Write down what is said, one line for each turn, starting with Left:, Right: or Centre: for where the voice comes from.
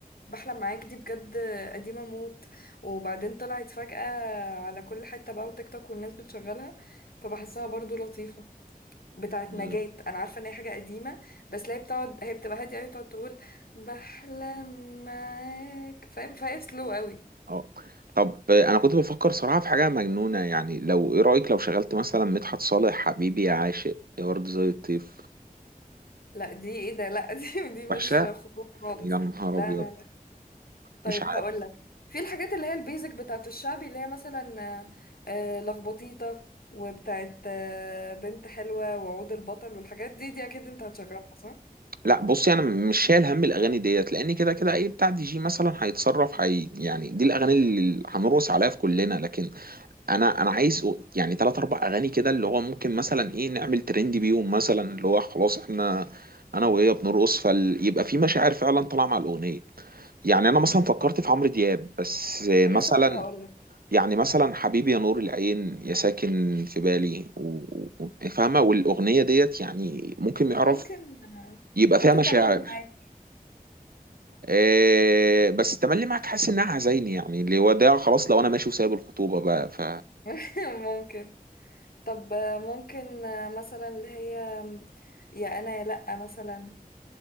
Left: بحلم معاك دي بجد قديمة موت وبعدين طلعت فجأة على كل حتة بقى وتيك توك والناس بتشغلها فبحسها برضو لطيفة بتاعت
Right: مم،
Left: نجاة انا عارفة ان هي حاجة قديمة بس لا هي بتقعد هي بتبقى هادية قوي تقعد تقول بحلم معاك فاهم فهي سلو قوي
Right: اه طب آه، انا كنت بفكر صراحه في حاجه مجنونه يعني لو ايه رايك لو شغلت مثلا مدحت صالح حبيبي يا عاشق يا ورد زي الطيف
Left: لا دي ايه ده لا <laughs> دي دي مش
Right: وحشه
Left: خطوب خالص
Right: يا نهار
Left: لا
Right: ابيض
Left: لا لا طيب
Right: مش عارف
Left: هقول لك في الحاجات اللي هي البيزك بتاعت الشعبي اللي هي مثلا آه، آه، لخبطيطة وبتاعت آه، بنت حلوة وعود البطل والحاجات دي دي اكيد انت هتشغلها صح؟
Right: لا بصي انا مش شايل هم الاغاني ديت لان كده كده اي بتاع دي جي مثلا هيتصرف هي يعني دي الاغاني اللي هنرقص عليها في كلنا لكن انا انا عايز أ- يعني ثلاث اربع اغاني كده اللي هو ممكن مثلا ايه نعمل ترند بيهم مثلا اللي هو خلاص احنا انا وهي بنرقص فيبقى في مشاعر فعلا طالعه مع الاغنيه يعني انا مثلا فكرت في عمرو دياب بس مثلا
Left: لسه كنت هقول لك
Right: يعني مثلا حبيبي يا نور العين يا ساكن في بالي و- و- فاهمه والاغنيه ديت يعني ممكن يعرف
Left: ممكن آه،
Right: يبقى
Left: ممكن
Right: فيها مشاعر
Left: تملي معاك
Right: إيه بس التملي معاك حاسس انها عزايني يعني اللي وداع خلاص لو انا ماشي وسايب الخطوبه بقى ف
Left: <laughs> ممكن طب آه، ممكن آه، مثلا اللي هي آم، يا انا يا لأ مثلا